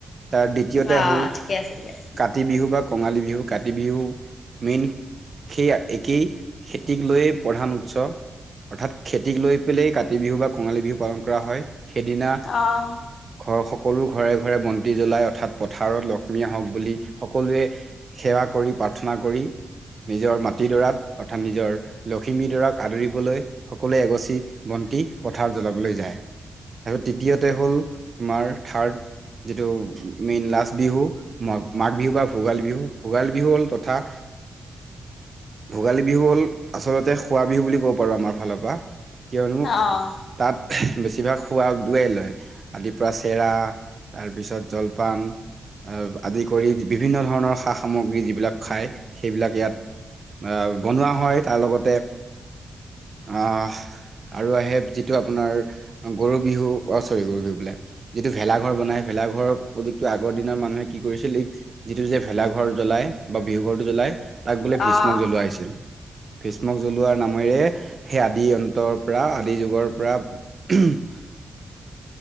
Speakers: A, on the right (about 45°); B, on the left (about 65°).
A: তাৰ দ্বিতীয়তে
B: অ',
A: আহো
B: ঠিকে আছে, ঠিকে আছে।
A: কাতি বিহু বা কঙালী বিহু কাতি বিহু মেইন সেইয়া একেই খেতিক লৈয়ে প্ৰধান উৎস। অৰ্থাৎ খেতিক লৈ পেলাই কাতি বিহু বা কঙালী বিহু পালন কৰা হয়, সেইদিনা
B: অ',
A: ঘৰ সকলো ঘৰে ঘৰে বন্তি জ্বলাই অৰ্থাৎ পথাৰত লক্ষ্মী আহক বুলি সকলোৱে সেৱা কৰি প্ৰাৰ্থনা কৰি নিজৰ মাটিডৰাক অৰ্থাৎ নিজৰ লখিমীডৰাক আদৰিবলৈ সকলোৱে এগছি বন্তি পথাৰ জ্বলাবলৈ যায়। আৰু তৃতীয়তে হ'ল তোমাৰ থাৰ্ড যিটো মেইন লাষ্ট বিহুৰ মাঘ মাঘ বিহুৰ বা ভোগালী বিহু, ভোগালী বিহুৰ হ'ল তথা ভোগালী বিহুৰ হ'ল আচলতে খোৱা বিহুৰ বুলি ক'ব পাৰোঁ আমাৰ ফালৰ পৰা। কিয়নো
B: অ',
A: তাত বেছিভাগ খোৱাাদ দোৱাই লয় আদিৰ পৰা চেৰা তাৰ পিছত জলপান আদি কৰি বিভিন্ন ধৰণৰ সা-সামগ্ৰী যিবিলাক খাই সেইবিলাক ইয়াত আহ, বনোৱা হয় তাৰ লগতে অঁ আৰু আহে যিটো আপোনাৰ গৰু বিহু অ চৰি গৰু বিহু বুলে যিটো ভেলাঘৰ বনাই ভেলাঘৰৰ প্ৰযুক্তটো আগৰ দিনৰ মানুহে কি কৰিছিল এই যিটো যে ভেলাঘৰ জ্বলাই বা বিহু ঘৰটো জ্বলাই তাক বোলে
B: অ',
A: ভীষ্মক জ্বলোৱা হৈছিল ভ্ৰীষ্মক জ্বলোৱা নামেৰে সেই আদি অন্তৰ পৰা আদি যুগৰ পৰা <inaudible>